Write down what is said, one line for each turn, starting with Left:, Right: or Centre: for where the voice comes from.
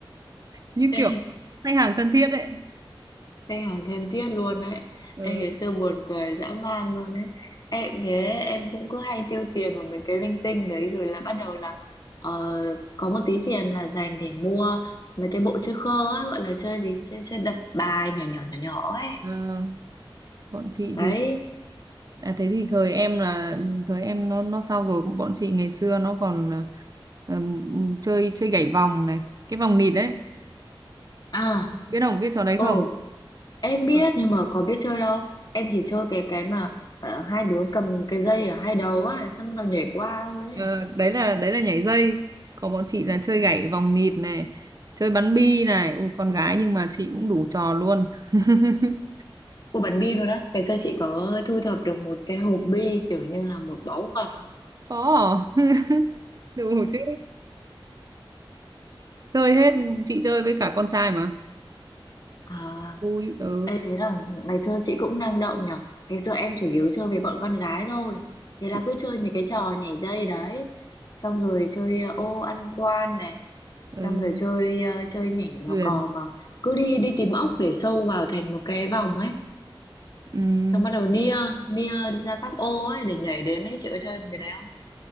Right: Như
Left: Ê,
Right: kiểu khách hàng thân thiết đấy.
Left: khách hàng thân thiết luôn đấy
Right: Ừ.
Left: Ê, ngày xưa buồn cười dã man luôn đấy em thế em cũng cứ hay tiêu tiền vào mấy cái linh tinh đấy rồi là bắt đầu là ờ, có một tí tiền là dành để mua mấy cái bộ chơi khơ á gọi là chơi gì chơi chơi đập bài nhỏ nhỏ nhỏ nhỏ ấy
Right: Ờ, bọn chị
Left: đấy
Right: thì à, thế thì thời em là thời em nó nó sao rồi bọn chị ngày xưa nó còn ờ, ừm, chơi chơi gảy vòng này, cái vòng nịt đấy.
Left: à
Right: Biết không? Biết trò đấy
Left: ồ
Right: không?
Left: Em biết
Right: Rồi.
Left: nhưng mà có biết chơi đâu. Em chỉ chơi cái cái mà ờ, hai đứa cầm cái dây ở hai đầu á, xong nó nhảy qua thôi ấy.
Right: Ờ, đấy là đấy là nhảy dây còn bọn chị là chơi gảy vòng nhịp này chơi bắn bi này Ui, con gái nhưng mà chị cũng đủ trò luôn <laughs>
Left: Một bắn bi luôn á. Ngày xưa chị có thu thập được một cái hộp bi kiểu như là một báu vật không?
Right: có à? <laughs> đủ chứ chơi hết chị chơi với cả con trai mà
Left: À,
Right: vui ừ
Left: em thấy là ngày xưa chị cũng năng động nhở. Ngày xưa em chủ yếu chơi với bọn con gái thôi. Thế
Right: chị
Left: là cứ chơi mấy cái trò nhảy dây đấy. Xong rồi chơi ờ, ô ăn quan này. Xong
Right: ừ,
Left: rồi chơi ờ, chơi nhảy lò
Right: Huyền
Left: cò mà cứ đi đi tìm ốc để sâu vào thành một cái vòng ấy
Right: ừm,
Left: xong bắt đầu nia nia đi ra các ô ấy để nhảy đến ấy chị có chơi cái đấy không